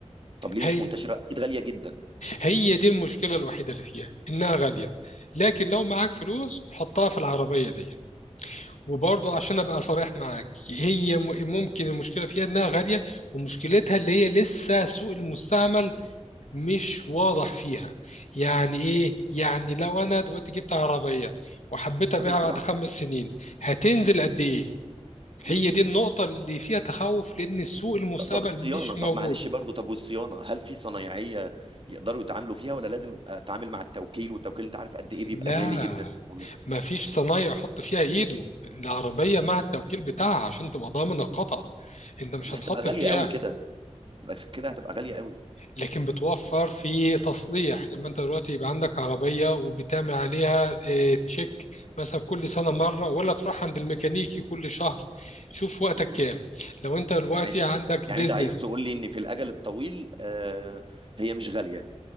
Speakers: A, on the right; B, on the left.
A: طب ليه
B: هي
A: مش منتشره اكيد غاليه جدا
B: هي دي المشكلة الوحيدة اللي فيها إنها غالية لكن لو معاك فلوس حطها في العربية دي وبرضو عشان أبقى صريح معاك هي م- ممكن المشكلة فيها إنها غالية ومشكلتها اللي هي لسه سوق المستعمل مش واضح فيها يعني إيه؟ يعني لو أنا دلوقتي جبت عربية وحبيت أبيعها
A: حابب
B: بعد
A: تباع
B: خمس سنين هتنزل
A: م-
B: قد إيه؟ هي
A: م- م.
B: دي النقطة اللي فيها تخوف لأن سوق المستقبل
A: طب الصيانه
B: مش
A: طب
B: موجود
A: معلش برضو طب والصيانه هل في صنايعيه يقدروا يتعاملوا فيها ولا لازم اتعامل مع التوكيل والتوكيل انت عارف قد ايه بيبقى
B: لا
A: غالي جدا والله.
B: ما فيش صنايعي يحط فيها ايده العربية مع التوكيل بتاعها عشان تبقى ضامن القطع انت مش
A: طب ما
B: هتحط
A: هتبقى غاليه
B: فيها
A: قوي كده تبقى في كده هتبقى غاليه قوي
B: لكن بتوفر في تصليح لما انت دلوقتي يبقى عندك عربية وبتعمل عليها اه، تشيك مثلا كل سنة مرة ولا تروح عند الميكانيكي كل شهر شوف وقتك
A: م-
B: كام
A: م.
B: لو انت دلوقتي
A: يعني
B: عندك
A: يعني
B: بيزنس
A: انت عايز تقول لي ان في الاجل الطويل آه هي مش غاليه